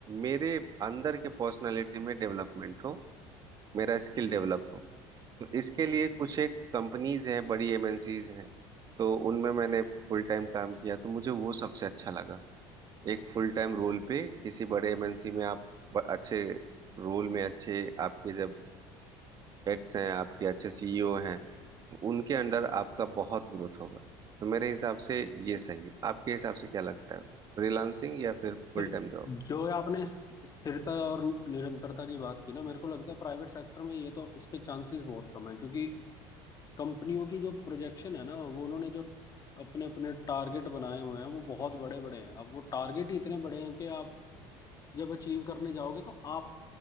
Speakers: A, on the right; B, on the left.
A: मेरे अंदर के पर्सनालिटी में डेवलपमेंट हो मेरा स्किल डेवलप हो तो इसके लिए कुछ एक कंपनीज हैं बड़ी एमएनसीज हैं तो उनमें मैंने फुल टाइम काम किया तो मुझे वो सबसे अच्छा लगा एक फुल टाइम रोल पे किसी बड़े एमएनसी में आप ब- अच्छे रोल में अच्छे आपके जब हेड्स हैं आपके अच्छे सीईओ हैं उनके अंडर आपका बहुत ग्रोथ होगा तो मेरे हिसाब से ये सही है आपके हिसाब से क्या लगता है फ्रीलांसिंग या फिर फुल
B: फिर
A: टाइम जॉब
B: जो आपने स्थिरता और निरंतरता की बात की ना मेरे को लगता है प्राइवेट सेक्टर में ये तो इसके चांसेस बहुत कम है क्योंकि कंपनियों की जो प्रोजेक्शन है ना वो उन्होंने जो अपने अपने टारगेट बनाए हुए हैं वो बहुत बड़े बड़े हैं अब वो टारगेट ही इतने बड़े हैं कि आप जब अचीव करने जाओगे तो आप